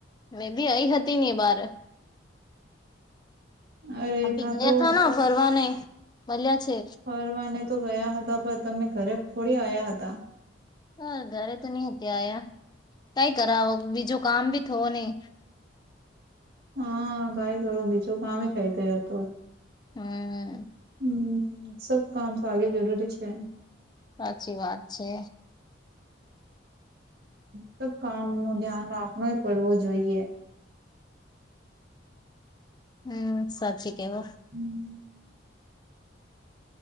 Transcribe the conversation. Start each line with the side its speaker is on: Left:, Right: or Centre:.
Left: મેદી અઈ હતી ની બાર
Right: અરે
Left: આપ ભી ગયા
Right: તો
Left: તા ફરવાને મળ્યા છે
Right: ફરવાને તો ગયા હતા પણ તમે ઘરે થોડી આવ્યા હતા
Left: હા ઘરે તો નઈ હત આ્યા કઈ કરાવો બીજો કામ ભી થવો નહીિ
Right: હા ગાઈ કર બીજું કામ થઈ ગય હતું
Left: હમ
Right: હમ સબ કામ સા આગે જરૂરી છે
Left: સાચી વાત છે
Right: હ સબ કામ નું ધ્યાન રાખણય પડવો જોઈએ
Left: હમ સાચી કેવો
Right: હમ